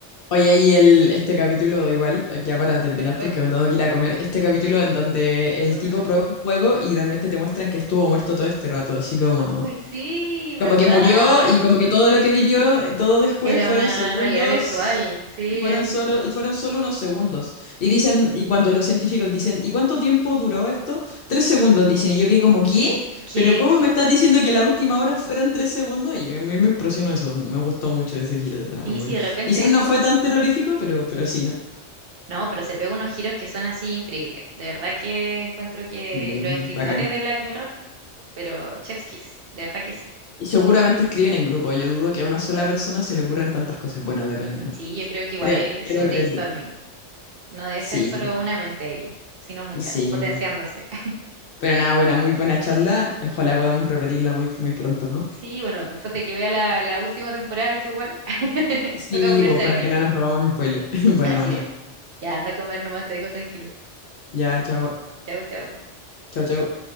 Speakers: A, on the left; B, on the right.
A: Oye, y el, este capítulo, igual, ya para terminar,
B: ¿Cuál, cuál?
A: porque me tengo que ir a comer, este capítulo en donde el
B: Fue
A: tipo
B: verdad.
A: prueba un juego y realmente te muestran que estuvo muerto todo este rato, así como...
B: Ay, sí, verdad.
A: Como que murió y como que todo lo que vivió, eh, todo después
B: Era
A: fueron
B: una
A: segundos
B: realidad virtual, sí,
A: y fueron
B: así.
A: solo, y fueron solo unos segundos. Y dicen, y cuando los científicos dicen, ¿y cuánto tiempo duró esto? Tres segundos, dicen. Y yo que como, ¿qué?
B: Que
A: ¿Pero cómo
B: sí,
A: me estás diciendo que la última hora fueron tres segundos? Y a mí me impresionó eso, me gustó mucho ese giro de trama
B: sí,
A: igual.
B: sí, de repente
A: Quizás
B: eso.
A: no fue tan terrorífico, pero, pero sí, ¿no?
B: No, pero se pega unos giros que son así increíbles. De verdad que encuentro que
A: Y
B: los escritores
A: bacán.
B: de Black Mirror, pero chef's kiss, de verdad que sí.
A: Y seguramente escriben en grupo, yo dudo que a una sola persona se le ocurran tantas cosas. Bueno, depende, ¿no?
B: Sí, yo creo que igual
A: Creo, quiero
B: sobre
A: creer
B: brainstorming.
A: yo.
B: No debe
A: Sí.
B: ser solo una mente ahí, sino muchas,
A: Sí,
B: potenciándose.
A: bu.
B: <laughs>
A: pero nada, buena, muy buena charla. Ojalá podamos repetirla muy, muy pronto, ¿no?
B: Sí, bueno, después de que vea la, la última temporada y tú igual, <laughs>
A: Sí,
B: toca ponerse
A: pues para
B: al día.
A: que no nos hagamos spoiler. <laughs> Buena,
B: Así
A: buena.
B: es. Ya anda a comer nomás, te dejo tranquilo.
A: Ya, chao.
B: Chau, chau.
A: Chao, chao.